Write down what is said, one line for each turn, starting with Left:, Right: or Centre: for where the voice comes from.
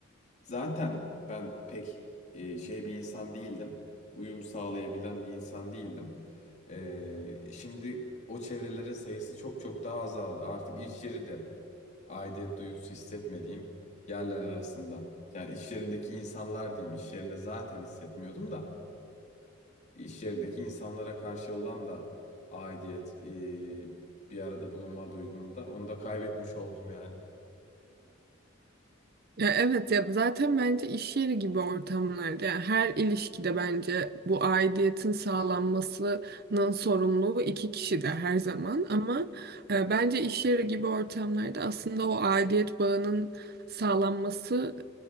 Left: Zaten ben pek e, şey bir insan değildim. Uyum sağlayabilen bir insan değildim. E, şimdi o çevrelerin sayısı çok çok daha azaldı. Artık iş yeri de aidiyet duygusu hissetmediğim yerler arasında. Yani iş yerindeki insanlar diyeyim. İş yerine zaten hissetmiyordum da. iş yerindeki insanlara karşı olan da aidiyet, e, bir arada bulunma duygumu da onu da kaybetmiş oldum yani.
Right: Ya evet ya zaten bence iş yeri gibi ortamlarda yani her ilişkide bence bu aidiyetin sağlanmasının sorumluluğu iki kişi de her zaman ama e, bence iş yeri gibi ortamlarda aslında o aidiyet bağının sağlanması